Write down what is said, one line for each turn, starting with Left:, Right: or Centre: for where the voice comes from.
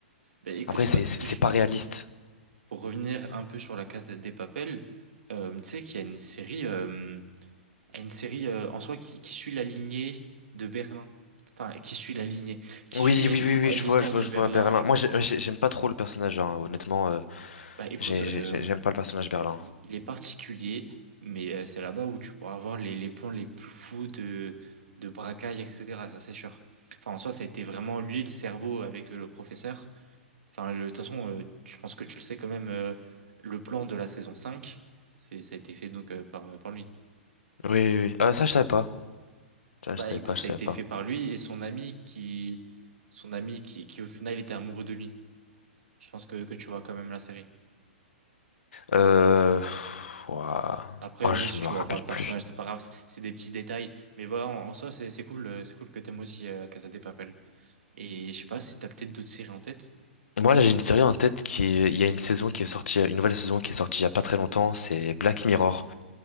Right: bah, écoute,
Left: Après, c'est,
Right: bah,
Left: c'est
Right: juste
Left: c'est pas
Right: pour,
Left: réaliste.
Right: pour revenir un peu sur la case des Papel, euh, tu sais qu'il y a une série, euh, une série euh, en soi qui, qui suit la lignée de Berlin. Enfin, qui suit la lignée, qui
Left: Oui,
Right: suit
Left: oui, oui, oui,
Right: euh,
Left: je
Right: l'histoire
Left: vois, je vois,
Right: de
Left: je
Right: Berlin,
Left: vois Berlin.
Right: etc.
Left: Moi, j'ai- j'ai- j'aime pas trop le personnage, hein, honnêtement. euh,
Right: Bah, écoute,
Left: J'ai,
Right: euh,
Left: j'ai- j'ai- j'aime pas le personnage Berlin.
Right: il il est particulier, mais euh, c'est là-bas où tu pourras avoir les, les plans les plus fous de, de braquage, etc. Ça, c'est sûr. Enfin, en soi, ça a été vraiment lui le cerveau avec euh, le professeur. Enfin, le- de toute façon, euh, je pense que tu le sais quand même, euh, le plan de la saison 5 c'est, ça a été fait donc euh, par, par lui.
Left: Oui, oui, oui. Ah, ça, je savais pas. Ça,
Right: Bah
Left: je savais
Right: écoute,
Left: pas, je
Right: ça
Left: savais
Right: a été
Left: pas.
Right: fait par lui et son ami qui, son ami qui, qui au final était amoureux de lui. Je pense que, que tu vois quand même la série.
Left: Euh... ouah.
Right: Après,
Left: Oh,
Right: bon,
Left: je
Right: si
Left: me
Right: tu
Left: rappelle
Right: vois pas le
Left: plus.
Right: personnage, c'est pas grave, c'est c'est des petits détails. Mais voilà, en, en soi, c'est c'est cool, euh, c'est cool que t'aimes aussi euh, Casa de Papel. Et je sais pas si t'as peut-être d'autres séries en tête.
Left: Moi, là, j'ai une série en tête qui... Il y a une saison qui est sortie, une nouvelle saison qui est sortie il y a pas très longtemps, c'est Black Mirror.